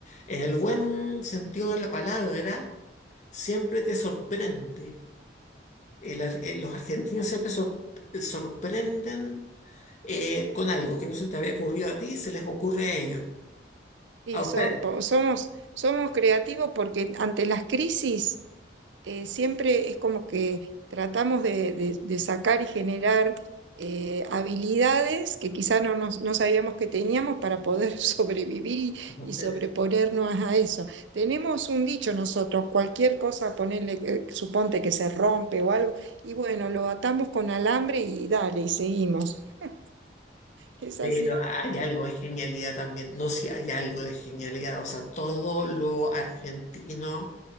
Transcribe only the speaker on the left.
En el buen sentido de la palabra, siempre te sorprende. El ar- eh, los argentinos siempre sor- sorprenden eh, con algo que no se te había ocurrido a ti, se les ocurre a ellos,
a ustedes.
¿no?
Eh, eh,
Pero
hay algo de genialidad también, no si hay algo de genialidad, o sea, todo lo argentino